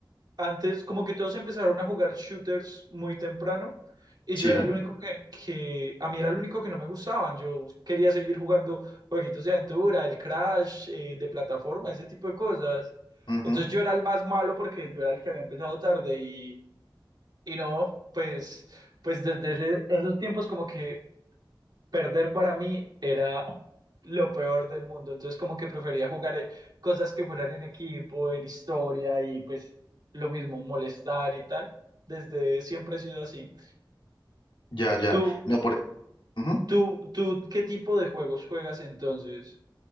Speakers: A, on the right; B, on the left.
A: antes, como que todos empezaron a jugar shooters muy temprano y
B: Sí.
A: yo era el único que, que a mí era el único que no me gustaban. Yo quería seguir jugando jueguitos de aventura, el Crash, eh, de plataforma, ese tipo de cosas.
B: ujú,
A: Entonces yo era el más malo porque yo era el que había empezado tarde y, y no, pues, pues desde ese- esos tiempos como que perder para mí era lo peor del mundo. Entonces, como que prefería jugar eh, cosas que fueran en equipo, en historia y pues lo mismo, molestar y tal. Desde siempre he sido así.
B: Ya, ya.
A: ¿Tú,
B: No, por... ujú.
A: tú, tú, qué tipo de juegos juegas entonces?